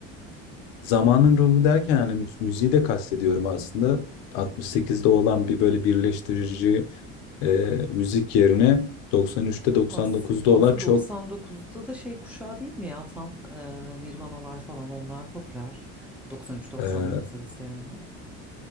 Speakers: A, on the left (about 75°); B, in the centre.
A: zamanın ruhu derken, hani, müz müziği de kastediyorum aslında. 68'de olan bir, böyle, birleştirici, eee, müzik yerine 93'te 99'da
B: As aslında
A: olan çok,
B: 99'da da şey kuşağı değil mi ya tam Ee, Nirvanalar falan onlar popüler. 93-99
A: eee,
B: arası yani.